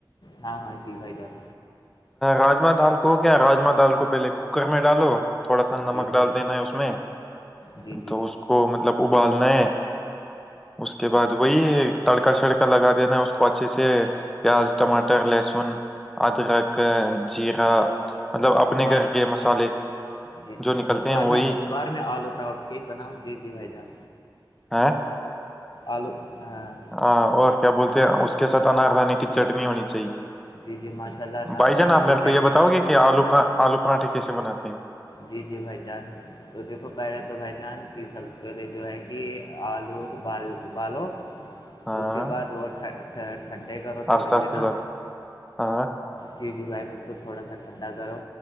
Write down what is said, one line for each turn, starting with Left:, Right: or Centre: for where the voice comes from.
Left: ہاں ہاں جی بھائی جان
Centre: راجما دال کو کیا راجما دال کو پہلے کوکر میں ڈالو تھوڑا سا نمک
Left: جی بھائی
Centre: ڈال دینا ہے اس میں
Left: جی جی
Centre: تو اس کو مطلب ابالنا ہے اس کے بعد وہی ہے تڑکا شڑکا لگا دینا اس کو اچھے سے پیاز ٹماٹر لہسن ادرک جی گا مطلب اپنے
Left: سگار
Centre: گھر کے مسالے
Left: جی جی
Centre: جو نکلتے
Left: بھائیگار
Centre: ہیں وہی
Left: شگار میں آلو پراوٹھ بنا جی جی بھائی جان
Centre: ہیں
Left: آلو ہاں
Centre: ہ اور کیا بولتے ہیں اس کے ساتھ انگ دانے کی چٹنی ہونی چاہیے
Left: جی جی مسالہ ناردانی
Centre: بھائی جان آپ میرے
Left: کی چٹنی
Centre: کو یہ بتاؤ گے کہ آلو آلو پرانٹھے کیسے بناتے ہیں
Left: جی جی بھائی جان تو دیکھو پہلے تو بھائی جان کس سب سے پہلے جو ہے کہ آلو ابال ابالو
Centre: ہاں
Left: اس کے بعد وہ اچ ٹھنڈے کرو تھوڑے
Centre: آستہ آستہ
Left: سے نا
Centre: سب ہاں
Left: جی جی بھائی نے اس کو تھوڑا سا ٹھنڈا کرو